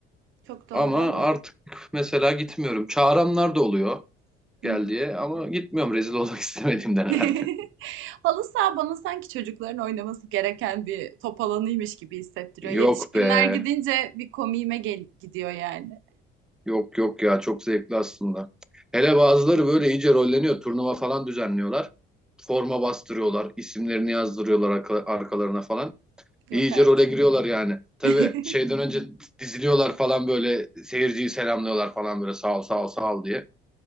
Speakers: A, on the right (about 80°); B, in the centre.
A: Çok doğru
B: Ama
A: ama
B: artık mesela gitmiyorum. Çağıranlar da oluyor.
A: Hı
B: gel
A: hı.
B: diye ama gitmiyorum rezil olmak <laughs> istemediğimden herhalde.
A: <laughs> Halı saha bana sanki çocukların oynaması gereken bir top alanıymış gibi hissettiriyor. Yetişkinler
B: Yok be.
A: gidince bir komiğime gel gidiyor yani.
B: Yok yok ya çok zevkli aslında. Hele bazıları böyle iyice rolleniyor. Turnuva falan düzenliyorlar. Forma bastırıyorlar. isimlerini yazdırıyorlar arka- arkalarına falan.
A: Yok
B: İyice
A: artık.
B: role giriyorlar yani. Tabii
A: <laughs>
B: şeyden önce diziliyorlar falan böyle seyirciyi selamlıyorlar falan böyle sağ ol sağ ol sağ ol diye.